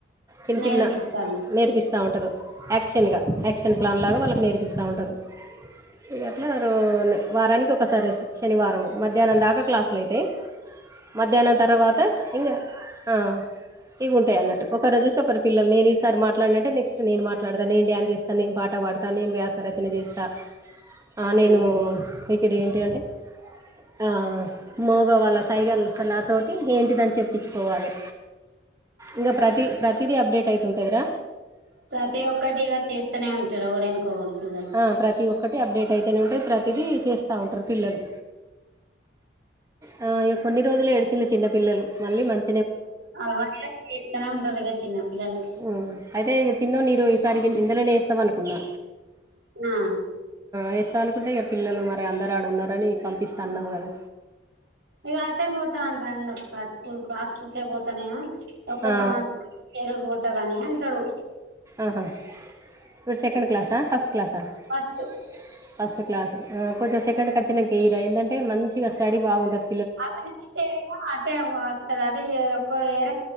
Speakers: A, on the right (about 20°); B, on the right (about 75°).
A: చిన్
B: నేర్పిస్తాళ్ళు
A: చిన్న నేర్పిస్తా ఉంటరు యాక్షన్ గా యాక్షన్ ప్లాన్ లా వాళ్ళకి నేర్పిస్తా ఉంటరు ఇగ అట్లా రో నే వారానికి ఒకసారి శ శనివారంము మధ్యాహ్నం దాకా క్లాసులు అయితే మధ్యానం తర్వాత ఇంగ ఆ ఇవుంటయ్ అన్నట్టు ఒక రోజు సో ఒకరి పిల్లలు నేన్ ఈసారి మాట్లాడినంటే నక్స్ట్ నేను మాట్డతా నేన్ డ్యాన్ చేస్తా నేన్ పాట పాడతా నేన్ వ్యాస రచన చేస్త ఆ నేను
B: అదే
A: ఇక్కడ ఏంటి అంటే ఆ మోగ వాళ్ళ సైగల్ అలాతోటి ఏంటిదని చెప్పించుకోవాలి ఇంకా ప్రతి ప్రతి ది అప్డేట్ అయితుంటుందిరా
B: ప్రతి ఒక్కటి ఇగా చేస్తూనే ఉంటారు ఒకరినికొకరు పిల్లలు
A: ఆ, ప్రతి ఒక్కటి అప్డేట్ అయితేనే ఉంటాయి ప్రతీదీ చేస్త ఉంటారు పిల్లలు ఆ ఇగ కొన్ని రోజులు ఏడిసిన చిన్నపిల్లలు మళ్ళీ మంచి
B: అల్వ ఏకనే ఉంటరగా చిన్న పిల్లలు
A: ఉమ్ అయితే చిన్నోనీరు ఈసారి ఇందులోనే ఎస్తామనుకున్నా
B: నా
A: వేస్తా అనుకుంటే ఇక పిల్లలు మరి అందరు ఆడ ఉన్నారని పంపిస్తా అన్నావు కదా
B: ఇగ అట్టే పోతా అంటాండి అక్క స్కూల్ ఆ స్కూల్ కే పోతానేే ఒక్క
A: ఆ,
B: సంవత్సరం పెరిగి పోతాగాని అంటాడు
A: ఆహా ఇప్పుడు సెకండ్
B: అట్లా
A: క్లాసా ఫస్ట్ క్లాసా క్లా
B: ఫస్ట్
A: ఫస్ట్ క్లాస్ కొంచెం సెకండ్కిచ్చిన కేెయిరా ఎందంటే మంచిగా స్టడీ బాగుంటది
B: అదే నెక్స్ట్ ఇయర్ ఇగ అటే వస్తారు అట ఈ ఇయర్ ఒక ఇయర్